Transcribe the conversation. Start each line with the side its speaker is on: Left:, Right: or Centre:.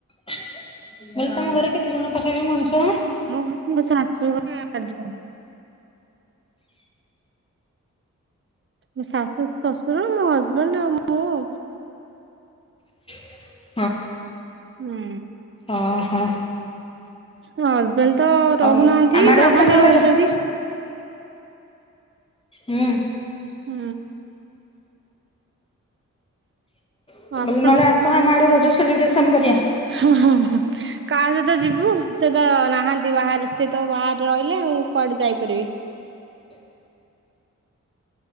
Left: କହିଲି ତମଘରେ କେତେଜଣ ପାଖାପାଖି ମଣିଷ?
Right: ମୋ ଘରେ ମୋ ଶାଶୁଘରେ ଚାର ଜଣ। ମୋ ଶାଶୁ ଶ୍ୱଶୁର ମୋ ହଜବେଣ୍ଡ ଆଉ ମୁଁ ଆଉ।
Left: <inaudible>
Right: ହୁଁ
Left: ଓହୋ
Right: ହ ଜବେଣ୍ଡ ତ
Left: ହଉ
Right: ରହୁନାହାନ୍ତି
Left: ଆମ ଆଡେ
Right: ବାହାରେ
Left: ଆସୁନ
Right: ରହୁଛନ୍ତି।
Left: ଗୋଟେ ହୁଁ।
Right: ହୁଁ।
Left: ମୁଁ କହିଲି
Right: ଆପଣ
Left: ନହଲେ ଆସ ଆମଆଡ଼େ ରଜ ସେଲିବ୍ରେସନ କରିବା।
Right: ହଁ ହଁଁ ହଁ। କାହା ସହିତ ଯିବୁ ସେ ତ ନାହାନ୍ତି ବାହାରେ ସିଏ ତ ବାହାରେ ରହିଲେ ଆଉ ମୁଁ କୁଆଡେ ଯାଇପାରିବି।
Left: <inaudible>